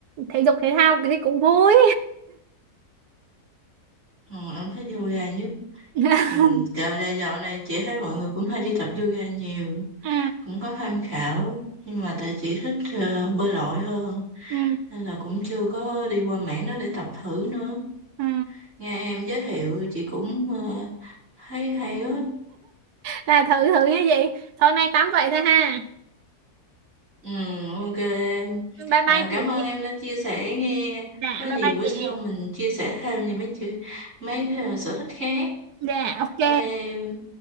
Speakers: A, on the right (about 80°); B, on the right (about 50°).
A: thể dục thể thao thì cũng vui
B: Ờ, em thấy yoga như
A: <laughs>
B: ừ, dạo này dạo này chị thấy mọi người cũng hay đi tập yoga nhiều
A: ừ.
B: cũng có tham khảo nhưng mà tại chị thích ờ, bơi lội hơn
A: Ừ.
B: nên là cũng chưa có đi qua mảng đó để tập thử nữa
A: Ừ.
B: nghe em giới thiệu chị cũng ờ, thấy hay á
A: là thử thử như vậy thôi nay tám vậy thôi ha
B: ừ, ok em
A: bye
B: Ờ,
A: bye
B: cảm
A: chị
B: ơn em đã chia sẻ nghe
A: dạ
B: có gì
A: bye bye
B: bữa
A: chị
B: sau mình chia sẻ thêm về mấy chuyện mấy ờ, sở thích khác
A: dạ ok
B: bye em